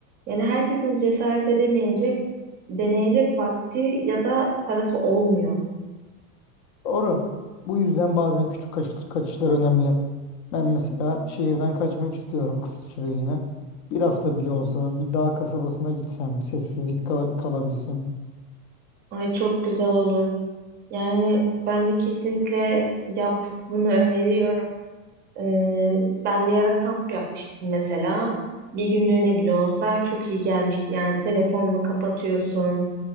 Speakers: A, on the right; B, on the left.
A: Yani herkesin cesaret edemeyecek, deneyecek vakti ya da parası olmuyor.
B: Doğru. Bu yüzden bazen küçük kaç- kaçışlar önemli. Ben mesela şehirden kaçmak istiyorum kısa süreliğine. Bir hafta bile olsa bir dağ kasabasına gitsem, sessizlik kal- kalabilsem.
A: Ay çok güzel olur. Yani bence kesinlikle yap. Bunu öneriyorum. Ee, ben bir ara kamp yapmıştım mesela. Bir günlüğüne bile olsa çok iyi gelmişti. Yani telefonunu kapatıyorsun,